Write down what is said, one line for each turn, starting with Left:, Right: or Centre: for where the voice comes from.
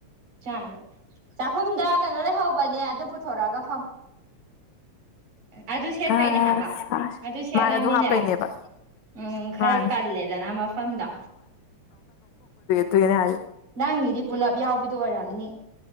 Right: ꯆꯥꯅꯤ ꯆꯥꯛꯈꯨꯝꯗ ꯀꯩꯅꯣ ꯂꯩꯍꯧꯕꯅꯦ ꯑꯗꯨ ꯄꯨꯊꯣꯔꯛꯑꯒ ꯐꯝꯃ ꯑꯗꯨ ꯁꯦꯠꯄꯩꯅꯦ
Left: ꯑꯁ
Right: ꯍꯥꯏꯕ ꯑꯗꯨ ꯁꯦꯠꯂꯝꯅꯤꯅ
Left: ꯃꯥꯅꯦ ꯑꯗꯨ ꯍꯥꯞꯄꯩꯅꯦꯕ
Right: ꯎꯝ ꯈꯔ
Left: ꯃꯥꯅꯦ
Right: ꯀꯜꯂꯦꯗꯅ ꯃꯐꯝꯗꯣ
Left: ꯑꯗꯨꯨꯢꯅꯦ ꯍꯥꯏ
Right: ꯅꯪꯒꯤꯗꯤ ꯄꯨꯂꯞ ꯌꯥꯎꯕꯤꯗꯣ ꯑꯣꯏꯔꯝꯅꯤ